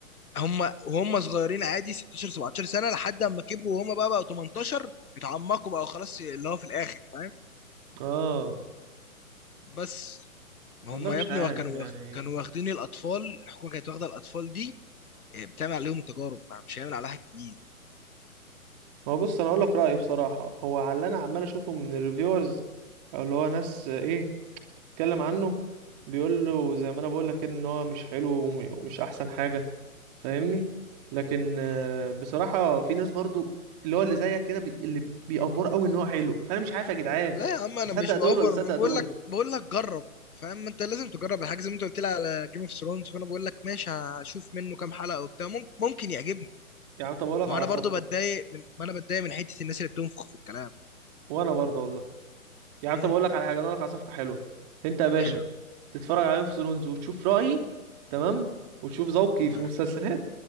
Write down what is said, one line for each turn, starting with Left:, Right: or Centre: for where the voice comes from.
Left: هم وهم صغيرين عادي 16 17 سنه لحد اما كبروا وهم بقى بقوا 18 اتعمقوا بقى خلاص اللي هو في الاخر فاهم
Right: اه
Left: بس ما
Right: والله
Left: هم
Right: مش
Left: يا ابني
Right: عارف
Left: كانوا
Right: يعني
Left: واخ- كانوا واخدين الاطفال الحكومه كانت واخده الاطفال دي بتعمل عليهم التجارب ما مش هيعمل عليها حاجة جديد
Right: ما هو بص انا اقول لك رأيي بصراحة هو على اللي انا عمال اشوفه من الريفيورز او اللي هو ناس آه، ايه اتكلم عنه بيقول له زي ما انا بقول لك ان هو مش حلو وم- ومش احسن حاجة فاهمني لكن آه،
Left: مم.
Right: بصراحة في ناس برضو اللي هو اللي زيك كده بي... اللي بيأفور قوي ان هو حلو فانا مش عارف يا جدعان
Left: لا يا عم انا
Right: اصدق
Left: مش باوفر
Right: دول ولا اصدق
Left: أنا بقول
Right: دول
Left: لك بقول لك جرب فاهم ما انت لازم تجرب الحاجه زي ما انت قلت لي على جيم اوف ثرونز فانا بقول لك ماشي هشوف منه كام حلقه وبتاع ممكن ممكن يعجبني
Right: يا عم طب اقول لك
Left: وانا
Right: على صفقة
Left: برضو بتضايق من ما انا بتضايق من حته الناس اللي بتنفخ في الكلام
Right: وانا برضو والله يا عم
Left: مم.
Right: طب اقول لك على حاجة انا اقول لك على صفقة حلوة انت يا باشا
Left: حلو
Right: تتفرج عليهم في سلونز وتشوف رأيي تمام وتشوف ذوقي
Left: تمام
Right: في المسلسلات